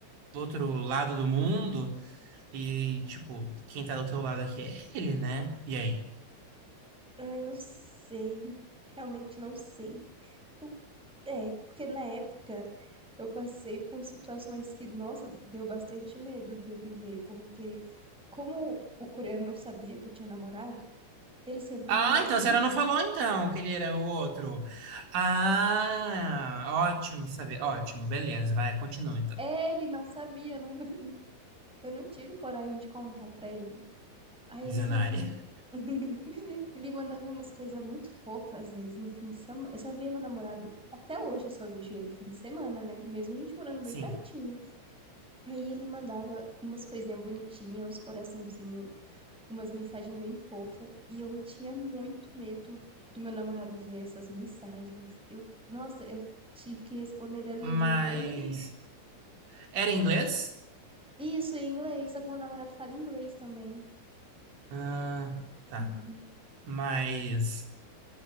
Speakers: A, on the right; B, in the centre.
A: Do outro lado do mundo e, tipo, quem tá do teu lado aqui é ele, né? E aí?
B: Ai, não sei. Realmente não sei. Eu- É, porque na época eu passei por situações que, nossa, deu bastante medo dele ver, porque como o coreano não sabia que eu tinha namorado, ele sempre
A: Ah,
B: mandava
A: então
B: umas.
A: a senhora não falou então que ele era o outro. Ah, ótimo saber. Ótimo, beleza. Vai, continua então.
B: Ele não sabia, eu não, <laughs> eu não tive coragem de contar pra ele. Aí
A: Visionária.
B: ele sempre.
A: <laughs>
B: <laughs> Ele mandava umas coisas muito fofas, às vezes, no fim de semana. Eu só via meu namorado, até hoje eu só vejo ele fim de semana, né? Mesmo a gente morando bem
A: Sim.
B: pertinho. Aí ele mandava umas coisinhas bonitinhas, uns coraçãozinho, umas mensagens bem fofas. E eu tinha muito medo do meu namorado ver essas mensagens. Eu, nossa, eu tinha que responder ele às vezes
A: Mas
B: no banheiro. <laughs>
A: era inglês?
B: Isso, em inglês, só que meu namorado fala inglês também.
A: Ah, tá.
B: Uhum.
A: Mas